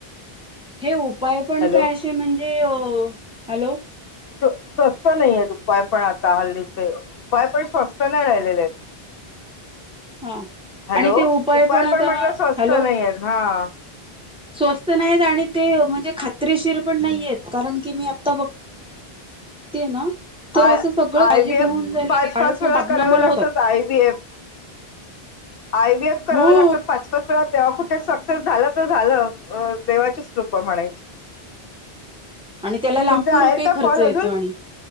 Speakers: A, in the centre; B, on the left.
A: हे उपाय पण
B: हॅलो
A: काय? असे म्हणजे हॅलो!
B: स्वस्त नाही आहेत. उपाय पण आता हल्लीचे उपाय पण स्वस्त नाही राहिलेले आहेत.
A: हा
B: हॅलो!
A: आणि ते
B: उपाय
A: आता
B: पण म्हटलं स्वस्त
A: हॅलो
B: नाहीय, ना.
A: स्वस्त नाही आणि ते म्हणजे ख खात्रीशीर पण नाही येत कारण, की मी आत्ता बघते, ना. तर
B: आय
A: असं सगळं
B: आय
A: काळजी
B: व्ही
A: घेऊन,
B: एफ
A: झालेली
B: पाच
A: काळ
B: पाच
A: सुद्धा
B: वेळा करावे
A: नॉर्मल
B: लागतात
A: होतात.
B: I V F I B S करावे
A: हो.
B: लागतात. पाच पाच. कुठे सक्सेस झालं, तर झालं देवाची च कृपा म्हणायची.
A: आणि त्याला लाखो
B: तुमचे आहेत.
A: रुपये
B: का
A: खर्च
B: कॉल
A: येतो
B: अजून
A: आणि